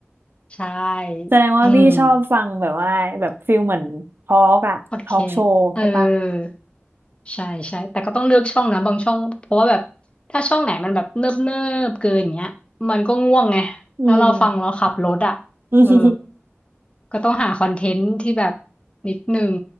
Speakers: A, on the left; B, on the right.
A: ใช่
B: แสดงว่าพี่ชอบฟังแบบว่าแบบฟิลเหมือนทอล์กอะทอล์กโชว์ใช่ปะ
A: อืมโอเคสต์เออใช่ใช่ แต่ก็ต้องเลือกช่องนะบางช่อง เพราะว่าแบบถ้าช่องไหนมันแบบเนิบเนิบเกินอย่างเงี้ยมันก็ง่วงไง
B: อืม
A: แล้วเราฟังเราขับรถอ่ะเออ
B: <laughs>
A: ก็ต้องหาคอนเทนต์ที่แบบนิดหนึ่ง